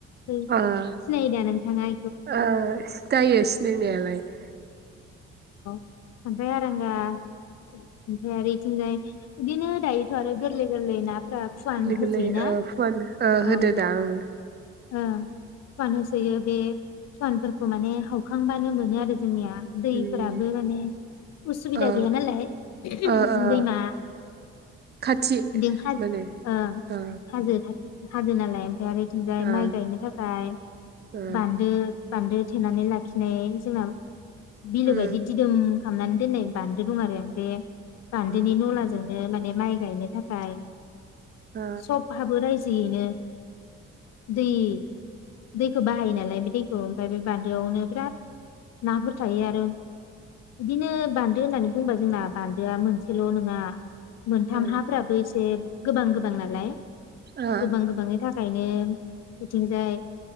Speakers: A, on the left; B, on the right.
A: सिनायोदा
B: ओ
A: नोंथाङा?
B: ओ सि दायो सिनायनायालाय ।
A: खांख्राय हारांगा ओमफ्राय आरो इग बिथिंजाय बिदिनो दायोथ' आरो गोरलै गोरलै ना फोरा फुवान
B: गोरलै
A: होसै
B: गोरलै
A: ना
B: ओ फुवान ओ होदोदां
A: औ ।
B: उम
A: ओ। फानोसैयो बे। सनफोरखौ माने हखांबानो मोनो आरो। जोंनिया दैफोराबो
B: उम
A: माने उसुबिदा
B: ओ
A: गैया नालाय
B: ओ ओ
A: दैमा
B: खाथि
A: बिं हा ओ
B: माने ओ
A: हाजो। हाजो नालाय एफाय आरो। ओफ्राय
B: ओ
A: माइ गायनो थाखाय
B: ओ
A: बान्दो। बान्दो थेनानै लाखिनाय जोंना। बिलो
B: उम
A: बायदि दिदोम। हामनानै दोननाय बान्दो दं आरो बेे। बान्दोनि
B: ओ
A: न'लाजों। ओ माने माइ गायनो थाखाय।
B: ओ
A: सबहाबो रायजो। यैनो। दै। दैखौ बाहायो नालाय बे दैखौ ओमफ्राय बे बान्दोआवनो बिराद नाफोर थायो आरो बिदिनो बान्दो होननानै बुंबा जोंना बान्दोआ मोनसेल' नङा। मोनथाम
B: ओ
A: हाफ्राबो एसे। गोबां गोबां नालाय।
B: ओ
A: गोबां गोबांनि थाखाय। खायनो। बिथिंजाय